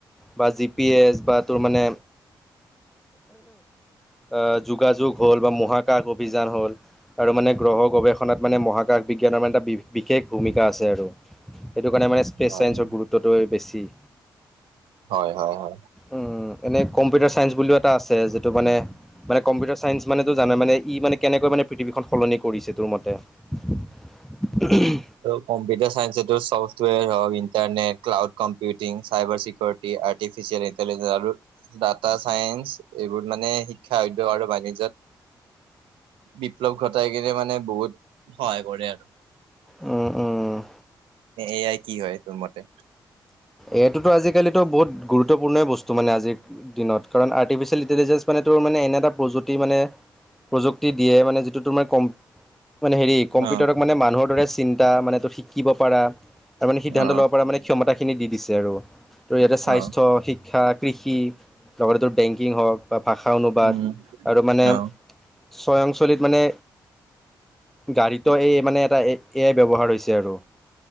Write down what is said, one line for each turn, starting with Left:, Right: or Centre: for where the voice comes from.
Centre: বা জি পি এছ, বা তোৰ মানে আহ যোগাযোগ হ'ল, বা মহাকাশ অভিযান হ'ল, আৰু মানে গ্ৰহৰ গৱেষণাত মানে মহাকাশ বিজ্ঞানৰ মানে এটা বিশেষ ভূমিকা আছে আৰু। সেইটো কাৰণে মানে স্পেচ
Right: হয়,
Centre: ছাইন্সৰ
Right: হয়।
Centre: গুৰুত্বটোৱে বেছি।
Right: হয় হয় হয়।
Centre: উম এনেই কম্পিউটাৰ চাইন্স বুলিও এটা আছে যিটো মানে মানে কম্পিউটাৰ চাইন্স মানে টো জানে। মানে ই মানে কেনেকৈ মানে পৃথিৱীখন সলনি কৰিছে তোৰ মতে। উমহো
Right: কম্পিউটাৰ চাইন্স এইটো চফটৱোৰ হক internet cloud computing cyber security artificial intelligence আৰু ডাটা চাইন্ঞ্চ, এইবোৰ মানে শিক্ষা উদ্যোগ আৰু বাণিজ্য়ত- বিপ্লৱ ঘটাই কিনে মানে বহুত সহায় কৰে আৰু-
Centre: উম উম-
Right: এয়াই কি হয় তোৰ মতে?
Centre: এইয়টোতো আজিকালিতো বহুত গুৰুত্ব গুৰুত্বপূৰ্ণই বস্তু মানে আজিৰ দিনত। কাৰণ আৰ্টিফিচিয়েল ইণ্টেলিজেঞ্চ মানে তোৰ মানে এনে এটা প্ৰযুি মানে প্ৰযুক্তি দিয়ে, মানে যিটো তোমাৰ ক মানে হেৰি কম্পিউটাৰক
Right: অ
Centre: মানে মানুহৰ দৰে চিন্তা মানে তোৰ শিকিব পাৰা ত মানে সিদ্ধান্ত
Right: অ
Centre: ল'ব পৰাাৰ মানে ক্ষমতাখিনি দি দিছে আৰু তো ইয়াতে স্বাস্থ্য
Right: অ
Centre: শিক্ষা কৃষি, লগতেতো বেংকিং হওক, বা ভাষা অনুবাদ
Right: উম
Centre: আৰু মানে
Right: অ
Centre: স্বয়ং চলিত মানে, গাড়ীতো এই মানে এটা এয়াই ব্যৱহাৰ হৈছে আৰু